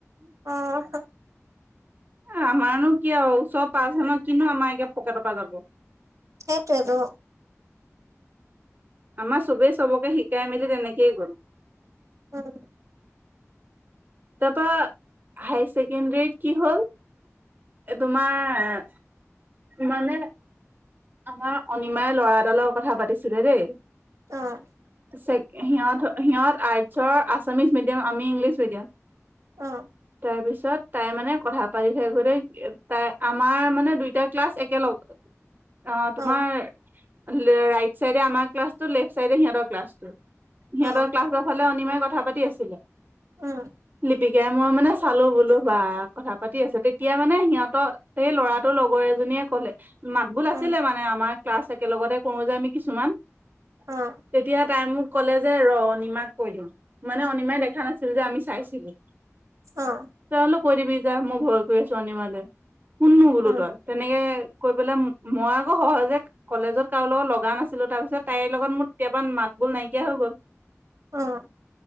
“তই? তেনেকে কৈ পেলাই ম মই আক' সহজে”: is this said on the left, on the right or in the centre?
Right